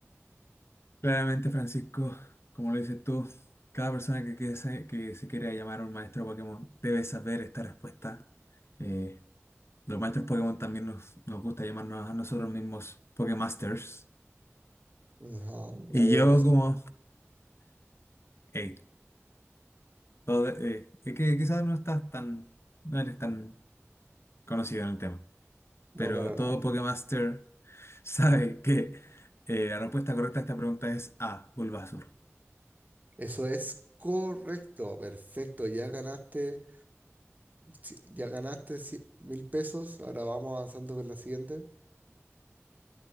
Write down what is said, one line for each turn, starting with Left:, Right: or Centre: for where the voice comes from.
Left: Claramente, Francisco, como lo dices tú, cada persona que, que se, que se quiera llamar a un maestro Pokémon debe saber esta respuesta. Eh, los maestros Pokémon también nos, nos gusta llamarnos a nosotros mismos Pokémasters.
Right: Ajá, ya
Left: Y
Right: veo,
Left: yo
Right: no sabía.
Left: como, hey, todo, eh, que, que quizás no estás tan, no eres tan conocido en el tema.
Right: No,
Left: pero
Right: para
Left: todo
Right: nada.
Left: Pokémaster <laughs> sabe que eh, la respuesta correcta a esta pregunta es A, Bulbasaur.
Right: Eso es correcto, perfecto. Ya ganaste, ci- ya ganaste ci- mil pesos. Ahora vamos avanzando con la siguiente.